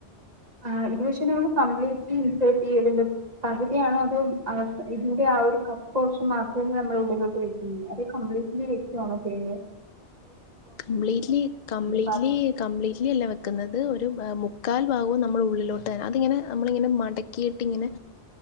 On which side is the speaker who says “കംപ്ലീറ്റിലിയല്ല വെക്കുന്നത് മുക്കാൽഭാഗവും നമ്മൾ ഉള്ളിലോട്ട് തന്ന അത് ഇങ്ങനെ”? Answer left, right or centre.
Left